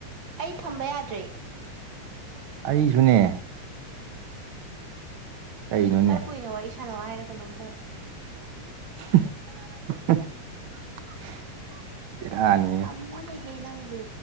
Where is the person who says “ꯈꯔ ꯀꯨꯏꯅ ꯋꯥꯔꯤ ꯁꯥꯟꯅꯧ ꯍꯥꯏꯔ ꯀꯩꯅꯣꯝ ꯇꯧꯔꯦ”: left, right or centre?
Right